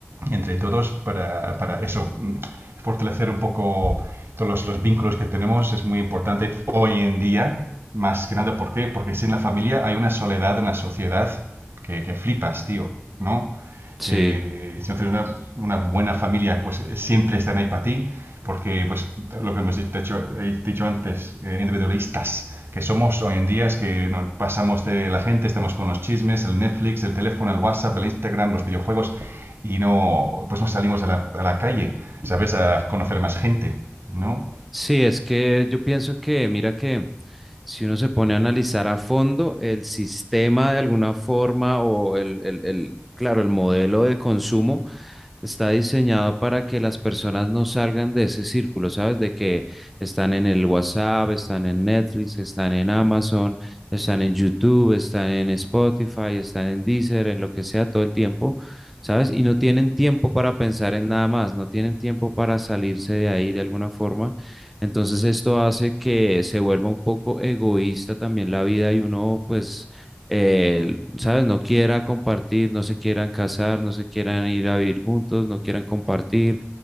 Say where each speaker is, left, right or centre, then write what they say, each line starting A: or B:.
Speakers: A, on the right; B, in the centre.
A: entre todos para, para eso, mm, fortalecer un poco todos los, los vínculos que tenemos es muy importante hoy en día, más que nada, ¿por qué? Porque si en la familia hay una soledad en la sociedad que, que flipas, tío, ¿no?
B: sí,
A: Que si no tienes una, una buena familia, pues siempre están ahí para ti, porque pues lo que hemos dicho, he dicho antes, eh, individualistas que somos hoy en día es que nos pasamos de la gente, estamos con los chismes, el Netflix, el teléfono, el WhatsApp, el Instagram, los videojuegos, y no, pues no salimos a la, a la calle, ¿sabes? A conocer más gente, ¿no?
B: sí, es que yo pienso que, mira que si uno se pone a analizar a fondo el sistema de alguna forma o el, el, el, claro, el modelo de consumo, está diseñado para que las personas no salgan de ese círculo, ¿sabes? De que están en el WhatsApp, están en Netflix, están en Amazon, están en YouTube, están en Spotify, están en Deezer, en lo que sea todo el tiempo, ¿sabes? Y no tienen tiempo para pensar en nada más, no tienen tiempo para salirse de ahí de alguna forma. Entonces esto hace que se vuelva un poco egoísta también la vida y uno pues... eh, ¿sabes? No quiera compartir, no se quieran casar, no se quieran ir a vivir juntos, no quieran compartir,